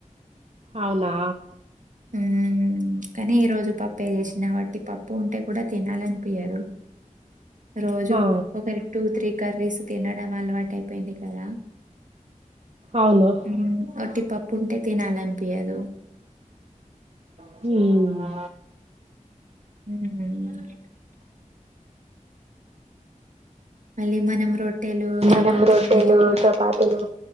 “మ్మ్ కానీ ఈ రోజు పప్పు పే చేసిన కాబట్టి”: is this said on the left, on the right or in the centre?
Right